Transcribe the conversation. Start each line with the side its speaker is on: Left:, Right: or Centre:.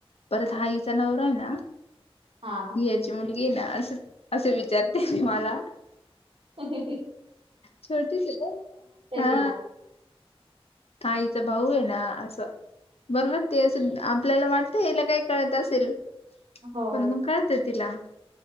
Left: परत हा हिचा नवरा आहे ना
Right: हा
Left: ही याची मुलगी इन असं असं विचारते मी मला
Right: ह ह ह
Left: छोटी च का
Right: तिला.
Left: आईचा भाऊ आहे ना असं बरोबर ते अस आपल्याला वाटतं याला काही कळत असेल
Right: हो.
Left: पण मग काळत तिला